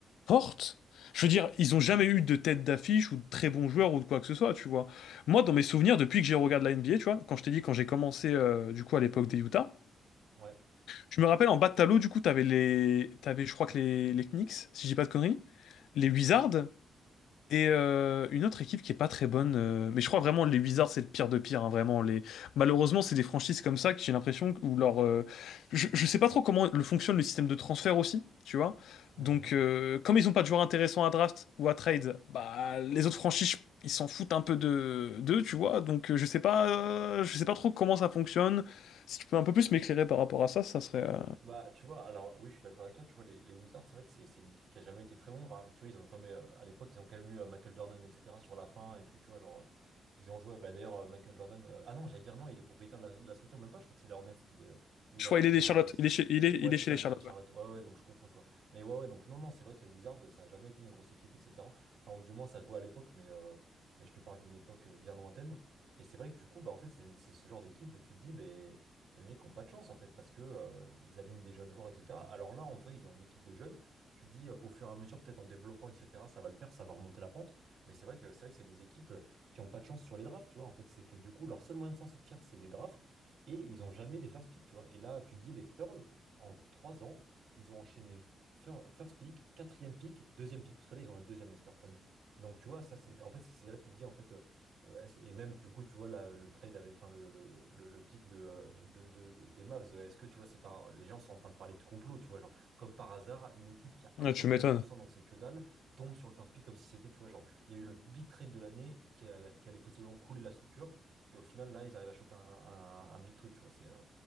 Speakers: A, on the left; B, on the right.
A: forte. Je veux dire, ils ont jamais eu de tête d'affiche ou de très bons joueurs ou de quoi que ce soit, tu vois. Moi, dans mes souvenirs, depuis que j'ai regardé la NBA, tu vois, quand je t'ai dit quand j'ai commencé, euh, du coup, à l'époque des Utah,
B: Ouais.
A: je me rappelle en bas de tableau, du coup, t'avais les, t'avais, je crois que les, les Knicks, si je dis pas de conneries, les Wizards. Et euh, une autre équipe qui est pas très bonne, euh, mais je crois vraiment les Wizards c'est le pire de pire, hein, vraiment les. Malheureusement c'est des franchises comme ça que j'ai l'impression que- où leur, euh, je, je sais pas trop comment le fonctionne le système de transfert aussi, tu vois.
B: Mhm.
A: Donc euh, comme ils ont pas de joueurs intéressants à draft ou à trade, bah les autres franchises ils s'en foutent un peu de d'eux, tu vois. Donc euh, je sais pas, euh, je sais pas trop comment ça fonctionne. Si tu peux un peu plus m'éclairer par rapport à ça, ça serait. euh,
B: Bah, tu vois, alors oui, je suis d'accord avec toi. Tu vois, les, les Wizards, c'est vrai que c'est c'est une équipe qui a jamais été très bon. Enfin, tu vois, ils ont quand même, euh, à l'époque, ils ont quand même eu euh, Michael Jordan, etc. sur la fin et tout. Tu vois, genre, euh, ils ont joué. Bah, d'ailleurs, euh, Michael Jordan. euh, ah non, j'allais dire non, il est propriétaire de la, de la structure, même pas. Je crois que c'est les Hornets qu'il est, euh, où
A: Je
B: il a,
A: crois il
B: il
A: est des
B: a
A: Charlotte,
B: investi.
A: il est chez, il est,
B: Ouais,
A: il
B: c'est
A: est chez
B: ça,
A: les
B: les
A: Charlotte.
B: chez les Charlotte.
A: Ouais,
B: Ouais, ouais, donc je confonds, tu vois. Mais ouais, ouais, donc non, non, c'est vrai que les Wizards, ça a jamais été une grosse équipe, etc. Enfin, ou du moins, ça jouait à l'époque, mais, euh, mais je te parle d'une époque euh, bien lointaine. Et c'est vrai que du coup, bah, en fait, c'est c'est ce genre d'équipe où tu te dis, bah, les mecs n'ont pas de chance en fait parce que euh, ils alignent des jeunes joueurs, etc. Alors là, en vrai, ils ont une équipe de jeunes. Tu te dis euh, au fur et à mesure, peut-être en développant, etc. Ça va le faire, ça va remonter la pente. Mais c'est vrai que c'est vrai que c'est des équipes euh, qui n'ont pas de chance sur les drafts, tu vois. En fait, c'est que du coup, leur seul moyen de s'en sortir, c'est des drafts et ils n'ont jamais les first pick, tu vois. Et là, tu te dis les Spurs en trois ans, ils ont enchaîné fir- first pick, quatrième pick, deuxième pick parce que là, ils ont eu le deuxième les Spurs cette année. Donc tu vois, ça c'est en fait c'est c'est là que tu te dis en fait euh, euh, est-ce- Et même du coup, tu vois la- le trade avec, enfin le, le, le, le- le pic de, euh, de, de- de- des Mavs, euh, est-ce que tu vois, c'est pas un- les gens sont en train de parler de complot, tu vois, genre comme par hasard, une équipe qui a 1,8%,
A: Ouais, tu m'étonnes.
B: donc c'est que dalle, tombe sur le first pick comme si c'était, tu vois, genre il y a eu le big trade de l'année qui, a- qui allait possiblement couler la structure, et au final là, ils arrivent à choper un, un- un big truc, tu vois, c'est euh,